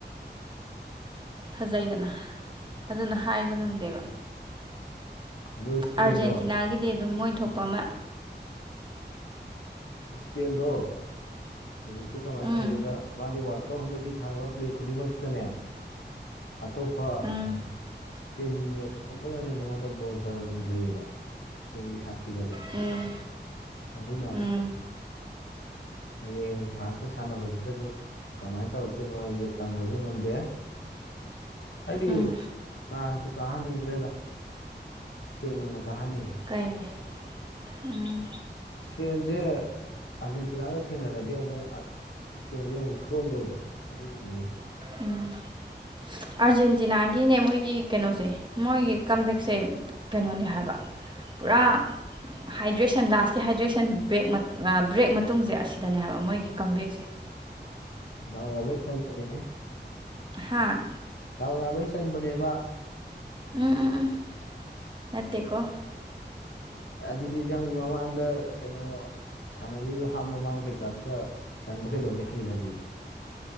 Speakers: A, on the right; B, on the left.
A: ꯐꯖꯩꯗꯅ ꯑꯗꯨꯅ ꯍꯥꯏꯕ ꯉꯝꯗꯦꯕ
B: ꯑꯗꯣ ꯏꯁꯄꯦꯟꯗꯣ
A: ꯑꯥꯔꯖꯦꯟꯇꯤꯅꯥꯒꯤꯗꯤ ꯑꯗꯨꯝ ꯃꯣꯏ ꯊꯣꯛꯄ ꯑꯃ
B: ꯁꯄꯦꯟꯗꯣ ꯍꯧꯖꯤꯛꯁꯦ ꯀꯃꯥꯏꯅ
A: ꯎꯝ
B: ꯇꯧꯒꯦꯗ ꯃꯥꯗꯤ ꯋꯥꯔꯜ ꯀꯞ ꯍꯟꯗꯛꯀꯤ ꯁꯥꯡꯅꯕ ꯄ꯭ꯂꯦ ꯈꯨꯗꯤꯡꯃꯛꯁꯤꯗꯅꯦ ꯑꯇꯣꯞꯄ
A: ꯎꯝ
B: ꯇꯤꯝꯠ ꯑ ꯅ ꯃꯉꯣꯟꯗ ꯣꯜ ꯆꯗ꯭ꯔꯤꯑꯕ ꯏꯁꯄꯦꯟꯒꯤ ꯁꯥꯊꯤꯕꯁꯦ
A: ꯎꯝ
B: ꯑꯗꯨꯅ
A: ꯎꯝ
B: ꯍꯌꯦꯡ ꯐ꯭ꯔꯥꯟꯁꯀ ꯁꯥꯟꯅꯕꯁꯤꯗꯁꯨ ꯀꯃꯥꯏꯅ ꯇꯧꯔꯛꯇꯣꯏꯅꯣ ꯍꯥꯏꯕꯁꯦ ꯇꯝꯕꯁꯨ ꯉꯝꯗꯦ ꯑꯩꯗꯤ
A: ꯎꯝ
B: ꯐ꯭ꯔꯥꯟꯁꯁꯨ ꯀꯥꯍꯟꯅꯤꯡꯗ꯭ꯔꯦꯗ ꯐꯦꯟ ꯑꯣꯏꯅ ꯀꯥꯍꯟꯅꯤꯡꯉꯦ
A: ꯀꯥꯏꯒꯦ ꯎꯝ
B: ꯏꯁꯄꯦꯟꯁꯦ ꯑꯥꯔꯖꯦꯟꯇꯤꯅꯥꯒ ꯊꯦꯡꯅꯔꯗꯤ ꯑꯃꯨꯛ ꯏꯁꯄꯦꯟꯁꯦ ꯑꯃꯨꯛ ꯁꯣꯟꯗꯣꯏꯕ ꯑꯗꯨꯒꯤꯅꯤꯅꯦ
A: ꯎꯝ ꯑꯥꯔꯖꯦꯟꯇꯤꯅꯥꯒꯤꯅꯦ ꯃꯣꯏꯒꯤ ꯀꯩꯅꯣꯁꯦ ꯃꯣꯏꯒꯤ ꯀꯝꯕꯦꯛꯁꯦ ꯀꯩꯅꯣꯅꯦ ꯍꯥꯏꯕ ꯄꯨꯔꯥ ꯍꯥꯏꯗ꯭ꯔꯦꯁꯟ ꯂꯥꯁꯀꯤ ꯍꯥꯏꯗ꯭ꯔꯦꯁꯟ ꯕꯦꯛ ꯕ꯭ꯔꯦꯛ ꯃꯇꯨꯡꯁꯦ ꯑꯁꯤꯗꯅꯦ ꯍꯥꯏꯕ ꯃꯣꯏꯒꯤ ꯀꯝꯕꯦꯛꯁꯦ
B: ꯗꯥꯏ ꯌꯥꯕꯏ ꯆꯟꯕꯅꯦꯅꯤꯍꯥ
A: ꯍꯥꯥ
B: ꯇꯥꯎ ꯌꯥꯕꯩ ꯆꯟꯕꯅꯦꯕ
A: ꯎꯝ ꯎꯝ ꯎꯝ ꯅꯠꯇꯦꯀꯣ
B: ꯑꯗꯨꯗꯤ ꯅꯪ ꯃꯃꯥꯡꯗ ꯀꯩꯅꯣ ꯁꯥꯟꯅꯔꯤꯕ ꯍꯥꯞ ꯃꯃꯥꯡ ꯀꯩꯀꯥꯗꯨꯗ ꯆꯟꯕ ꯀꯩꯗꯧꯒꯦ ꯍꯩꯔꯗꯤ